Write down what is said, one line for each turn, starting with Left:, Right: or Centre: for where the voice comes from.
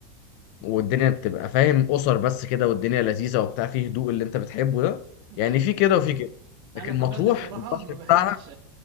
Left: والدنيا بتبقى فاهم اسر بس كده والدنيا لذيذه وبتاع فيه هدوء اللي انت بتحبه ده يعني
Right: ايوه
Left: في
Right: بالظبط
Left: كده وفي كده
Right: انا
Left: لكن
Right: طبيعتي
Left: مطروح
Right: بصراحه
Left: البحر
Right: ما
Left: بتاعها
Right: بحبش